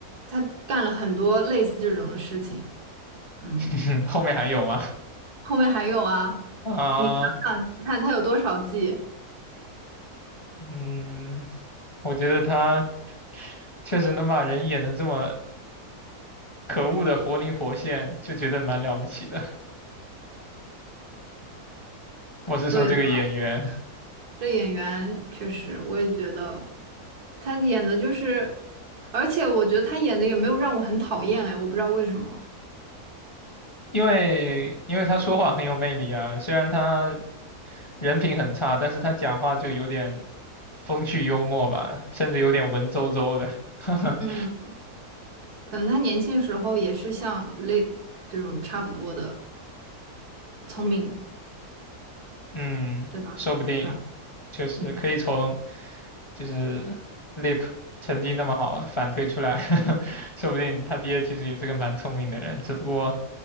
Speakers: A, on the right; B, on the left.
A: 他干了很多类似这种的事情。嗯，
B: <laughs> 后面还有吗？
A: 后面还有啊，
B: <laughs> 啊，
A: 你想想看，他有多少季？
B: 嗯，我觉得他确实能把人演的这么可恶的活灵活现，就觉得蛮了不起的。我是说这个演员，
A: 对的，这演员确实，我也觉得。他演的就是，而且我觉得他演的也没有让我很讨厌哎，我不知道为什么，
B: 因为因为他说话很有魅力啊，虽然他人品很差，但是他讲话就有点风趣幽默吧，甚至有点文绉绉的。<laughs>
A: 嗯，可能他年轻的时候也是像 Lip 这种差不多的聪明，
B: 嗯，
A: 对吧？
B: 说不定
A: 是吧？
B: 确实可以从
A: 嗯，
B: 就是 Lip 成绩那么好反推出来，<laughs> 说不定他爹其实也是个蛮聪明的人，只不过，